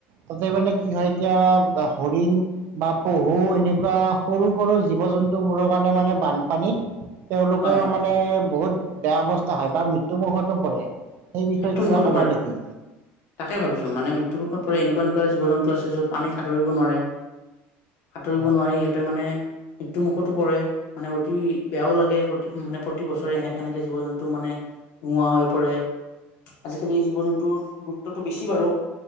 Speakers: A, on the right; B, on the left.
A: তাতে মানে কি হয় এতিয়া। বা হৰিণ। বা পহু এনেকুৱা সৰু। ৰু সৰু জীৱ জন্তুবোৰৰ কাৰণে মানে বানপানী। তেওঁলোকে
B: হয় হয়
A: মানে বহুত। বেয়া অৱস্থা হয় বা মৃতুমখতো পৰে। সেই বিষয়ে
B: মৃত্যু
A: কিবা
B: মুুখতো
A: ক'বা
B: পৰে
A: নেকি?
B: তাকে ভাবিছো মানে মৃত্যু মুুখত পৰে এনেকুৱা নহয়। জীৱনতটো আছে যত। পানী সাঁতুৰিব নোৱাৰে। সাঁতুৰিব
A: অ',
B: নোৱাৰি সিহঁতে মানে। মৃত্যু মুুখতো পৰে মানে অতি বেয়াও লাগে প্ৰতি মানে প্ৰতি বছৰে এনেকে এনেকে জীৱ জন্তু মানে নোহোৱা হৈ পৰে। আজিকালি জীৱ জন্তুৰ গুৰুত্বটো বেছি বাৰু